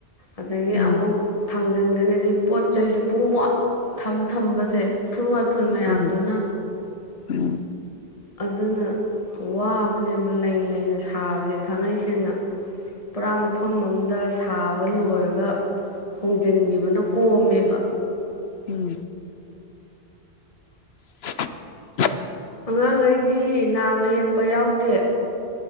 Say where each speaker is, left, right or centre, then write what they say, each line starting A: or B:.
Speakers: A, on the left; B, on the left.
A: ꯑꯗꯒꯤ
B: ꯎꯝ
A: ꯑꯃꯨꯛ ꯊꯥꯡꯖꯟꯒꯅꯤ ꯑꯗꯩ ꯄꯣꯠ ꯆꯩꯖꯨ ꯄꯨꯡꯃꯣꯠ ꯊꯝ ꯊꯝꯕꯖꯦ ꯎꯐꯨꯜ ꯋꯥꯏꯐꯨꯜ ꯃꯌꯥꯝꯗꯨꯅ
B: ꯎꯝ ꯎꯝ
A: ꯑꯗꯨꯅ ꯋꯥꯕꯅꯦꯕ ꯂꯩ ꯂꯩꯅ ꯁꯥꯕꯖꯦ ꯊꯥꯡꯒꯩ ꯁꯦꯡꯅ ꯄꯨꯔꯥ ꯃꯐꯝ ꯑꯝꯗ ꯁꯥꯕ ꯂꯣꯏꯔꯒ ꯍꯣꯡꯖꯤꯟꯒꯤꯕꯅ ꯀꯣꯝꯃꯦꯕ
B: ꯎꯝ <inaudible>
A: ꯑꯉꯥꯡꯒꯩꯗꯤ ꯅꯥꯕ ꯌꯦꯛꯄ ꯌꯥꯎꯗꯦ